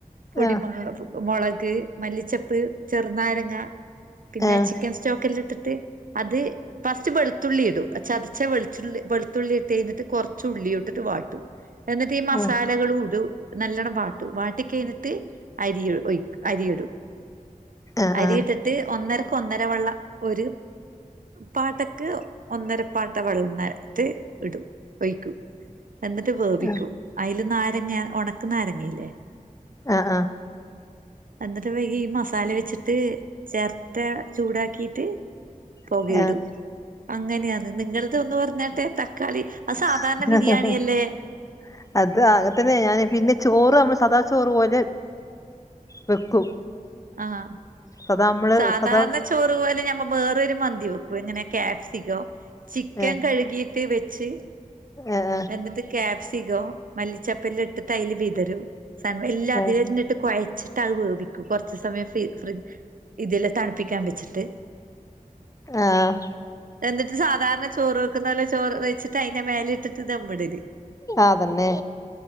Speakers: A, on the right; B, on the left.
A: പൊടിമ
B: ആഹ്
A: മുളക് മല്ലിച്ചപ്പ് ചെറുനാരങ്ങ. പിന്നെ
B: ആഹ്
A: ചിക്കൻ സ്റ്റോക്കെല്ലാം ഇട്ടിട്ട് അത് ഫ ച്ച് വെളുത്തുള്ളി ഇടും ചതച്ച വെളിച്ചുള്ളി വെളുത്തുള്ളി ഇട്ട് കഴിഞ്ഞിട്ട് കുറച്ച് ഉള്ളിയുട്ട്ട്ട് വാട്ടു എന്നിട്ട് ഈ മസാലകൾ
B: ആഹ് ആഹ്
A: ഉടു നല്ലവണം വാട്ടു വാട്ടി കഴിഞ്ഞിട്ട് അരി ഒയ് അരിയിടും
B: ആഹ് ആഹ് ആഹ് ആഹ്
A: അരിയിട്ട്ട്ട് ഒന്നരക്കൊന്നര വള്ള ഒരു. പാട്ടൊക്ക് ഒന്നര പാട്ട വളന്നട്ട് ഇടും. ഒഴിക്കൂ എന്നിട്ട് വേവിക്കൂ
B: ആഹ്
A: അയ്ല് നാരങ്ങ ഉണക്ക് നാരങ്ങല്ലേ.
B: ആഹ് ആഹ്.
A: എന്നിട്ട് വൈകി ഈ മസാല വെച്ചിട്ട് ചേർത്ത ചൂടാക്കിട്ട്. പുകയിടും
B: ആഹ്
A: അങ്ങനെയന്ന് നിങ്ങൾ തൊന്ന് പറഞ്ഞാട്ടെ തക്കാളി. അത്
B: ഉ
A: സാധാരണ ബിരിയാണിയല്ലേ
B: ഹ. അത് അങ്ങത്തന്നെ ഞാന് പിന്നെ ചോറ് നമ്മള് സദാ ചോറ് പോലെ. വെക്കും.
A: ആഹ്
B: സദാ നമ്മള്
A: സാധാരണ
B: സദാ
A: ചോ റു പോലെ ഞമ്മ വേറൊരു മന്തി വെക്കും എങ്ങനെ ക്യാപ്സികം ചിക്കൻ
B: ഏഹ്
A: കഴ്കീ ട്ടി വെച്ച്.
B: ഏഹ്
A: എന്നിട്ട് ക്യാപ്സിക്കം മല്ലിച്ചപ്പല്ല ഇട്ട് അയില് വിതറും. <unintelligible> എല്ലാ അതിലെന്നെ
B: ഏഹ്
A: ഇട്ട് കുഴച്ചിട്ട് അത് വേവിക്കും കുറച്ച് സമയം. ഫി ഫ്രിഡ് ഇതെല്ലാം തണുപ്പിക്കാൻ വെച്ചിട്ട്.
B: ആഹ്
A: എന്നിട്ട് സാധാരണ ചോറ് വെക്കുന്ന പോലെ ചോറ് വെച്ചിട്ട് അയിന്റെ മേല ഇട്ടിട്ട് ദംടല്.
B: അതന്നെ